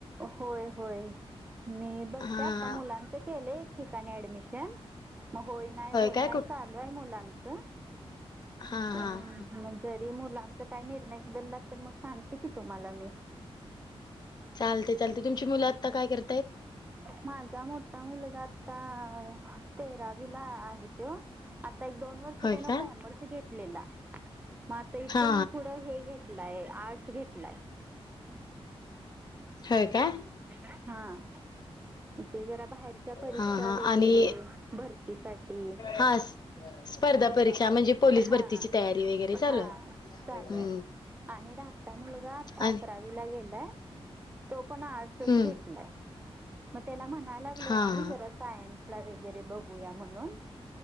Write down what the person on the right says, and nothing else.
होय होय मी बघते
आता मुलांच केलंय एक ठिकाणी ऍडमिशन मग होय, नाय, होय,
नाय
चालू आहे मुलांचं
पण
मजेत ते मुलांचा काय निर्णय बदलला तर मग सांगते की तुम्हांला मी.
माझा मोठा मुलगा आता तेरावी ला आहे त्यो. आता एक, दोन वर्ष
त्यान
कॉमर्स घेतलेला. मग आता इथून
पुढ हे घेतलाय आर्ट्स घेतलाय.
हां. ते जरा बाहेरच्या परीक्षा
वगैरे
भरतीसाठी
हां
हां
चालू आणि धाकटा मुलगा आता
अकरावीला गेलाय तो पण आर्ट्स
घेतलाय. मग त्याला म्हणायला लागलोय.
आम्ही
जरा सायन्स ला वगैरे बघूया म्हणून